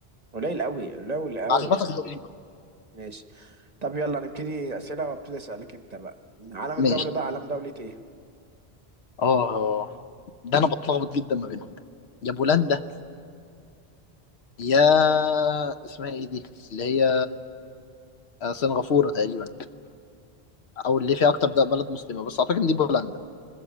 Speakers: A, on the right; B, on the left.
A: قليل قوي قليل قوي
B: معلوماتك دقيقة
A: ماشي طب يلا نبتدي اسئله وابتدي اسالك انت بقى علم الدوله
B: ماشي
A: ده علم دوله ايه
B: اه ده انا بتلخبط جدا ما بينهم يا بولندا يا اسمها ايه دي اللي هي آه، سنغافورة تقريبا او اللي فيها اكتر ده بلد مسلمة بس اعتقد ان دي بولندا